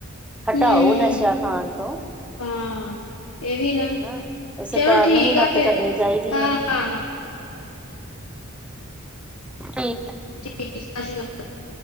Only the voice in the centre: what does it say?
ਹਟਾਓ
ਨਸ਼ਾ ਖਾਨ ਤੋਂ
ਹਨਾ ਸਰਕਾਰ
ਨੂੰ ਵੀ ਮਦਦ
ਕਰਨੀ ਚਾਹੀਦੀ
ਹੈ
ਸਈ